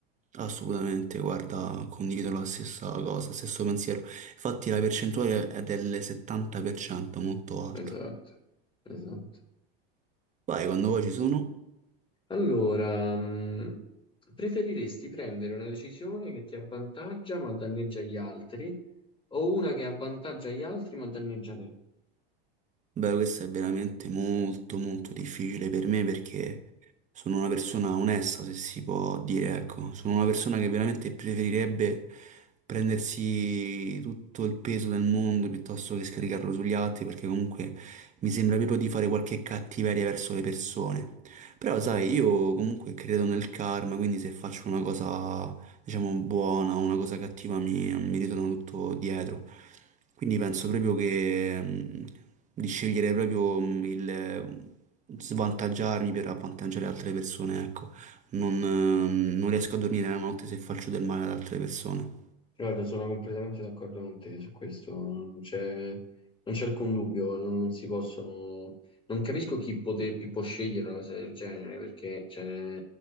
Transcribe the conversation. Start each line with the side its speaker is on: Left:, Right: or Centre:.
Right: Assolutamente, guarda, condivido la stessa cosa, stesso pensiero. Infatti la percentuale è del 70%, molto alta.
Left: Esatto, esatto.
Right: Vai, quando vuoi ci sono.
Left: Allora, mh, preferiresti prendere una decisione che ti avvantaggia ma danneggia gli altri o una che avvantaggia gli altri ma danneggia te?
Right: Beh, questo è veramente molto molto difficile per me perché sono una persona onesta, se si può dire, ecco. Sono una persona che veramente preferirebbe prendersi tutto il peso del mondo piuttosto che scaricarlo sugli altri, perché comunque mi sembra proprio di fare qualche cattiveria verso le persone. Però, sai, io comunque credo nel karma, quindi se faccio una cosa diciamo, buona, o una cosa cattiva mi, mi ritorna tutto dietro. Quindi penso proprio che mh, di scegliere proprio mh, il svantaggiarmi per avvantaggiare altre persone, ecco. Non, ehm, non riesco a dormire la notte se faccio del male ad altre persone.
Left: Guarda, sono completamente d'accordo con te su questo, non c'è non c'è alcun dubbio, non, non si possono... Non capisco chi, pote- chi può scegliere una cosa del genere, perché cioè,